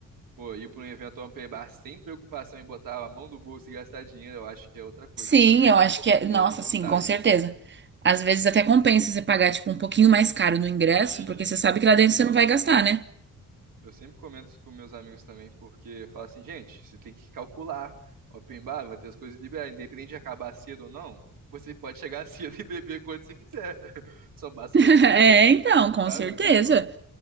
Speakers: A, on the right (about 85°); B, on the right (about 35°).
A: Pô, ir para um evento open bar sem preocupação em botar a mão no bolso e gastar dinheiro, eu acho que é outra coisa
B: Sim,
A: também,
B: eu
A: né?
B: acho
A: Porque
B: que é. Nossa,
A: vantagens.
B: sim, com certeza. Às vezes até compensa você pagar, tipo, um pouquinho mais caro no ingresso,
A: Uhum.
B: porque você sabe
A: Eu
B: que
A: sempre
B: lá dentro
A: falo,
B: você não vai gastar, né?
A: eu sempre comento isso com meus amigos também, porque eu falo assim, gente, você tem que calcular. Open bar vai ter as coisas liberadas, independente de acabar cedo ou não, você pode chegar <laughs> cedo e beber quanto você quiser. <laughs> Só basta
B: <laughs>
A: você querer,
B: É, então, com
A: sabe?
B: certeza.
A: Tipo,